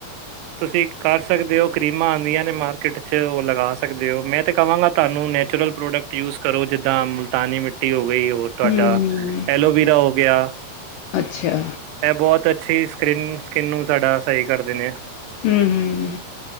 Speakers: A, on the right; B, on the left.
A: ਤੁਸੀਂ ਕਰ ਸਕਦੇ ਹੋ। ਕਰੀਮਾਂ, ਆਉਂਦੀਆਂ ਨੇ ਮਾਰਕੀਟ ਚ ਉਹ ਲਗਾ ਸਕਦੇ ਹੋ। ਮੈਂ ਤਾਂ ਕਹਾਂਗਾ ਤੁਹਾਨੂੰ ਨੈ ਨੈਚੁਰਲ ਪ੍ਰੋਡਕਟ ਯੂਜ਼ ਕਰੋ। ਜਿੱਦਾਂ, ਮੁਲਤਾਨੀ ਮਿੱਟੀ ਹੋਗੀ। ਹੋਰ, ਤੁਹਾਡਾ
B: ਹਮ ਹਮ
A: ਐਲੋਵੀਰਾ ਹੋ ਗਿਆ।
B: ਅੱਛਾ
A: ਇਹ ਬਹੁਤ ਅੱਛੀ ਸਕਿ੍ਨ, ਸਕਿਨ ਨੂੰ ਸਾਡਾ, ਸਹੀ ਕਰ ਦਿੰਦੇ ਆ।
B: ਹਮ ਹਮ